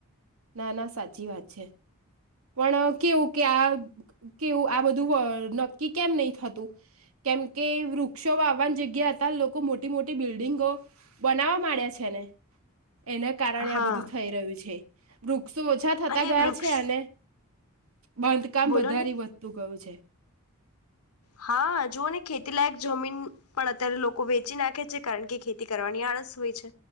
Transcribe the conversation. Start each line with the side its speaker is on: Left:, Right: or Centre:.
Right: ના ના સાચી વાત છે પણ કેવું કે આ કેવું આ બધું નક્કી કેમ નહી થતું કેમ કે વૃક્ષો આવવાની જગ્યા હતા લોકો મોટી મોટી બિલ્ડિંગો બનાવવા માંડ્યા છે ને એના કારણે
Left: હા
Right: આ બધું થઈ રહ્યું છે રુક વૃક્ષો ઓછા થતા
Left: અને
Right: ગયા
Left: વૃક્ષ
Right: છે અને બાંધકામ
Left: બોલો
Right: વધારે
Left: ને
Right: વધતું ગયું છે
Left: હા જુઓ ને ખેતી લાયક જમીન પણ અત્યારે લોકો વેચી નાખે છે કારણ કે ખેતી કરવાની આળસ હોય છે